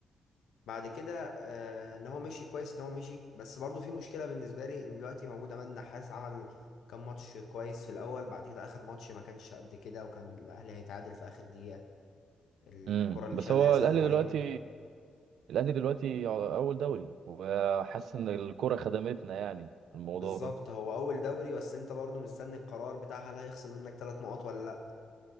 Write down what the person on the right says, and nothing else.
امم
بس
هو
الاهلي
دلوقتي الاهلي دلوقتي اول دوري وحاسس ان الكره خدمتنا يعني في الموضوع
ده